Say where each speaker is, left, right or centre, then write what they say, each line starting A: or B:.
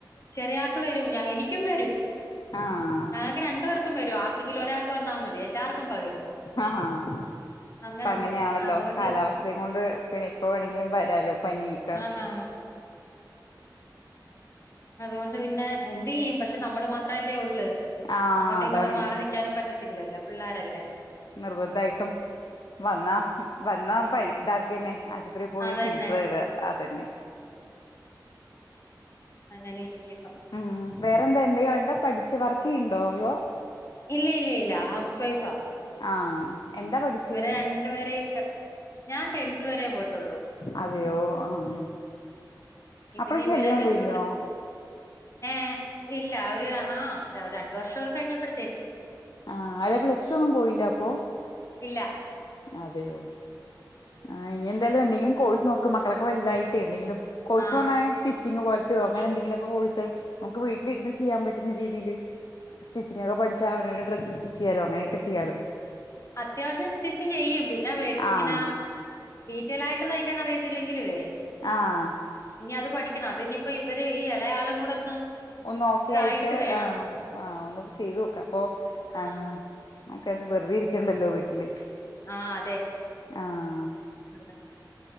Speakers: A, on the left; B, on the left.
A: ചെറിയാക്ക വെരും ഞാ എനിക്കും വെരും
B: ആഹ്
A: ആ രണ്ട് പേർക്കും വെരും ആർക്കെങ്കിലും ഒരാക്ക് വന്നാ മതി എല്ലാവർക്കും പകരും
B: ആഹ് ആഹ്
A: അങ്ങനുണ്ട്
B: അപ്പം അങ്ങനെയാണല്ലോ
A: അതുകൊണ്ട്
B: കാലാവസ്ഥയും കൊണ്ട് പിന്നെ എപ്പോ വേണമെങ്കിലും വെരാല്ലോ പനിക്കെ
A: ആഹ് അതുകൊണ്ട് പിന്നെ എന്ത് ചെയ്യും പക്ഷെ നമ്മള് മാത്രല്ലേ ഒള്ള്
B: ആഹ്
A: അങ്ങോട്ടും
B: അതാണേ
A: ഇങ്ങോട്ടും മാറി നിക്കാനും പറ്റത്തില്ലല്ലോ പിള്ളോരാ അല്ലേ
B: നിർബന്ധയായിട്ടും വന്നാ വന്നാ പരി ഇതാക്കന്നെ ആശു ത്രി പോയി
A: അതന്നെ
B: ചികിത്സ തേടുക അത് തന്നെ
A: അങ്ങനെ ഇരിക്കുന്നു
B: ഉം വേറെന്താ എന്തയ്യാ എന്താ പഠിച്ചേ വർക്ക്യയ്യണ്ടോ അതോ
A: ഇല്ല ഇല്ല ഇല്ല ഹൗസ് വൈഫാ
B: ആഹ് എന്താ പഠിച്ചത്
A: ഇവരെ രണ്ട് വേരെ ഇട്ട് ഞാൻ ടെൺത്ത് വെരെ പോയിട്ടോ ഒള്ളൂ
B: അതെയോ ആഹ് അപ്പളേക്കും
A: പിന്നെ ഇവരേയും
B: കല്യാണം
A: വെച്ചോണ്ട്
B: കഴിഞ്ഞോ
A: യെ ഇല്ല ഒര് ആാ ര രണ്ട് വർഷമൊക്കെ കഴിഞ്ഞപ്പോഴത്തേക്ക്
B: ആഹ് അല്ലാ പ്ലസ് ടു ഒന്നും പോയില്ല അപ്പോ
A: ഇല്ല
B: അതെയോ ആഹ് ഇനി എന്തായാലും എന്തെങ്കിലും കോഴ്സ് നോക്ക് മക്കളൊക്കെ വല്ലാതായിട്ടേ എന്തെങ്കിലും കോഴ്സ്
A: ആ
B: പറഞ്ഞാ സ്റ്റിച്ചിങ് പോലത്തെയോ അങ്ങനെ എന്തെങ്കിലുമൊക്ക കോഴ്സ് നമ്മക്ക് വീട്ടിലിരുന്ന് ചെയ്യാൻ പറ്റുന്ന രീതില് സ്റ്റിച്ചിങ്ങ് ഒക്കെ പഠിച്ചാ അവനോൻ്റെ ഡ്രസ്സ് സിറ്റ്ച്ചു ചെയ്യാല്ലോ അങ്ങനെക്കെ ചെയ്യാല്ലോ
A: അത്യാവശ്യം സ്റ്റിച്ച് ചെയ്യും പിന്നെ വെ എങ്ങനാ
B: ആഹ്
A: ഡീറ്റോയിലായിട്ട് തെയ്ക്കാൻ അറിയത്തില്ലെങ്കില്ലുവേ
B: ആഹ്
A: ഇനി അത് പഠിക്കണം അത് ഇനി ഇപ്പോ ഇവര് ഈ എളയാളും കൂടെ ഒന്ന്
B: ഒന്ന് ഓക്കെ
A: ഇതായിട്ട്
B: ആയിട്ട്
A: വേണം
B: ആഹ് ആഹ് ഒന്ന് ചെയ്തു നോക്കം അപ്പൊ
A: ആ
B: ആഹ് നമ്മക്ക് അത് വെറുതെ ഇരിക്കണ്ടാ അല്ലോ വീട്ടില്
A: ആഹ് അതെ
B: ആഹ്
A: <unintelligible>